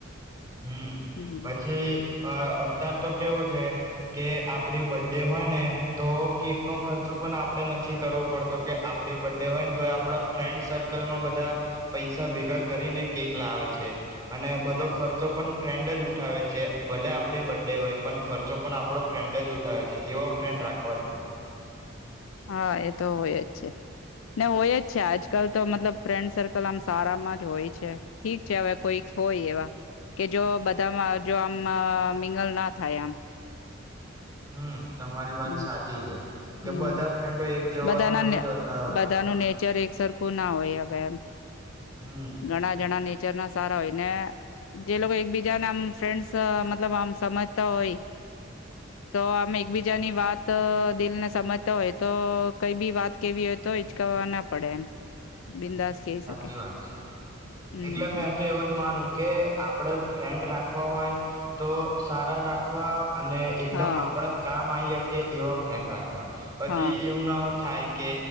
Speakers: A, on the right; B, on the left.
A: હમ
B: હમ
A: પછી અ અત્યાર તો કેવું છે કે આપડી બર્થડે હોય ને તો કેક નો ખર્ચો પણ આપડે નથી કરવો પડતો કે આપડી બર્થડે હોય ને તોઈ આપડા ફ્રેન્ડ સર્કલમાં બધા પૈસા ભેગા કરીને કેક લાવે છે અને બધો ખર્ચો પણ ફ્રેન્ડ જ ઉઠાવે છે ભલે આપડી બર્થડે હોય પણ ખર ચૉ પણ આપડો ફ્રેન્ડ જ ઉઠાવે એવા ફ્રેન્ડ રાખવા જોઈએ
B: હા એતો હોય જ છે ના હોય જ છે આજકાલ તો મતલબ ફ્રેન્ડ સર્કલ આમ સારામાં જ હોય છે ઠીક છે હવે કોઈક હોય એવા કે જો બધામાં જો આમ અ મીંગલ ના થાય આમ.
A: હમ તમારી વાત
B: હમ
A: સાચી છે. કે
B: હમ
A: બધા ફ્રેન્ડો એક જવા
B: બધાના
A: તો નઇ
B: ને
A: જ હોતા હવે
B: બધાનું નેચર એક સરખું ના હોય અવે એમ
A: હમ
B: ઘણા જણા ને જેમના સારા હોયને જે લોકો એકબીજા નામ ફ્રેન્ડ્સ મતલબ આમ સમજતા હોય તો આમા એકબીજાની વાત દિલને સમજતા હોય તો કઈ બી વાત કેવી હોય તો ઇચકાવવા ના પડે એમ બિંદાસ
A: હમ્
B: કહી
A: સાચી
B: શકે
A: વાત છે,
B: હમ
A: એટલે
B: હમ.
A: મેં તો એવું જ માનું કે આપડે ફ્રેન્ડ રાખ રાખવા હોય, તો સારા રાખવા અને એકદમ
B: હા
A: આપડા કામ આઇ કે એવા ફ્રેન્ડ રાખ <inaudible> પછી
B: હા
A: એવું ના હોત થાય કે